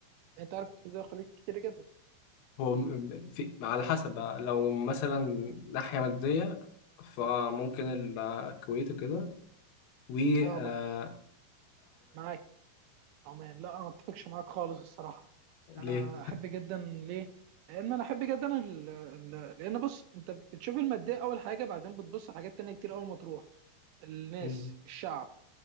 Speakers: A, on the right; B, on the left.
A: يعني انت عارف في دول الخليج كتير جدا
B: هو م- م- في على حسب بقى لو مثلا ناحية مادية فممكن ال- آه، الكويت وكده وعمان
A: اه معاك عمان لا انا ما اتفقش معاك خالص الصراحه
B: ليه؟
A: انا احب جدا ليه لان انا احب جدا ال... ال... لان بص انت بتشوف الماديه اول حاجه بعدين بتبص على حاجات تانية كتير اول ما تروح الناس
B: مم.
A: الشعب